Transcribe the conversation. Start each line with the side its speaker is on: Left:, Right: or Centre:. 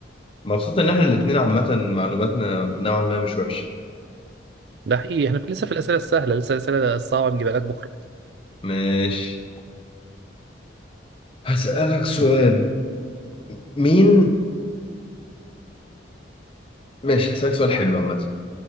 Left: مبسوط ان احنا الاتنين عامة معلوماتنا نوعا ما مش وحشة
Right: ده حقيقي احنا في- لسه في الاسئله السهله لسه الاسئله الصعبه نجيبها لك بكره
Left: ماشي هسألك سؤال مين ماشي هسألك سؤال حلو عامة